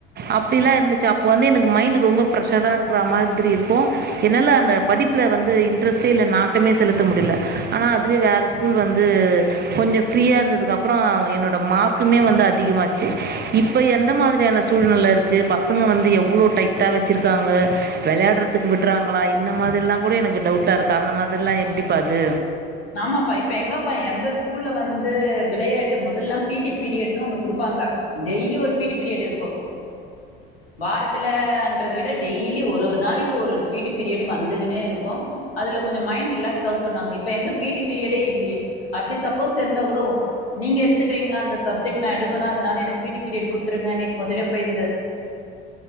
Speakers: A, on the right; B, on the left.
A: அப்படிலாம் இருந்துச்சு அப்போ வந்து எனக்கு மைண்டு் ரொம்ப ஃப்ரெஷராக இருக்கிற மாதிரி இருக்கும் என்னால் அந்த படிப்புல வந்து இன்ட்ரெஸ்ட்டே இல்லை நாட்டமே செலுத்த முடியல ஆனா அதுவே வேற ஸ்கூல் வந்து கொஞ்சம் ஃப்ரீயா இருந்ததுக்கு அப்றம் என்னோட மார்க்குமே வந்து அதிகமாச்சு இப்ப எந்த மாதிரியான சூழ்நிலை இருக்கு பசங்க வந்து எவ்வளோ டைட்டா வச்சிருக்காங்க விளையாடுறதுக்கு விடுறாங்களா இந்த மாதிரி ப்படிலாம் கூட எனக்கு டவுட்டா இருக்கு அந்த மாதிரில்லா எப்படி அது
B: ஆமாப்பா இப்ப எங்கப்பா எந்த ஸ்கூல்ல வந்து விளையாட்டு முதல்லல்லாம் பிடி பீரியடன்னு ஒண்ணு குடுப்பாங்க டெய்லி ஒரு பிடி பீரியட இருக்கும் வாரத்துலன்றத விட டெய்லி ஒரு ஒரு நாளைக்கு ஒரு ஒரு பிடி பீரியடு வந்துன்னே இருக்கும் அதுல கொஞ்சம் மைண்ட் ரிலாக்ஸ் பண்ணுவாங்க இப்ப எங்க பிடி இல்லையே சப்போஸ் அப்படி இருந்த கூட நீங்க நீங்க எடுத்துக்குறீங்கள் அந்த சப்ஜெக்ட் அதனால எனக்கு பிடி பீரியட் கொடுத்துருங்க முதல்லயே போய்